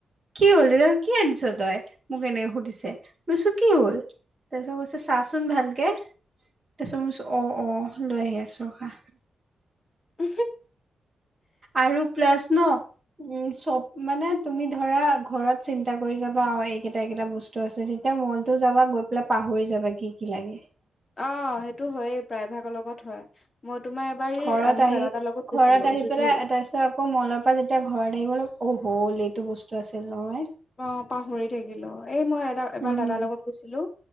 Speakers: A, on the right (about 25°); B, on the left (about 30°).
A: কি হল ত কি আনিছ তই মোক এনেক সুধিছে মই কৈছো কি হল তাৰপিছত কৈছে চাচোন ভালকে তাৰপছত ম অ অ লৈ আহি আছো খা
B: উ
A: আৰু প্লাছ ন উ চব মানে তুমি ধৰা ঘৰত চিন্তা কৰি যাবা অ এইকেইটা এই কেইটা বস্তু আছে যেতিয়া মলতো যাবা গৈ পেলাই পাহৰি যাবা কি কি লাগে।
B: অ সেইটো হয়েই প্ৰায় ভাগৰ লগত হয় মই তোমাৰ এবাৰ
A: ঘৰত
B: মোৰ
A: আহি
B: দাদা এটাৰ লগত গৈছিলো
A: ঘৰত আহি
B: যদিও
A: পেলাই তাৰ পিছত আকৌ মলৰ পৰা যেতিয়া ঘৰত আহিব ল অ হ''ল এইটো বস্তু আছিল নহয়
B: অ পাহৰি থাকিলো এই মই এ এবাৰ
A: উম
B: দাদাৰ লগত গৈছিলো